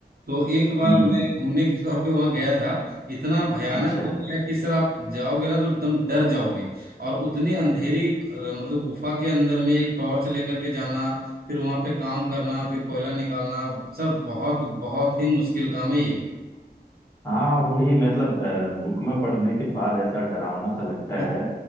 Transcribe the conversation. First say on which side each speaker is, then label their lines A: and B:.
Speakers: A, on the right; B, on the left.
A: तो एक बार
B: हम्म
A: मैं घूमने के तौर पे वहाँ गया था इतना भयानक
B: अच्छा
A: होता है कि सर आप जाओगे ना तो एकदम डर जाओगे और उतनी अंधेरी अ, मतलब गुफा के अंदर में एक टॉर्च लेकर के जाना फिर वहाँ पे काम करना फिर कोयला निकालना सर बहुत बहुत ही मुश्किल काम है ये
B: हाँ वही मतलब बुक में पढ़ने के बाद ऐसा डरावना सा लगता
A: <laughs>
B: है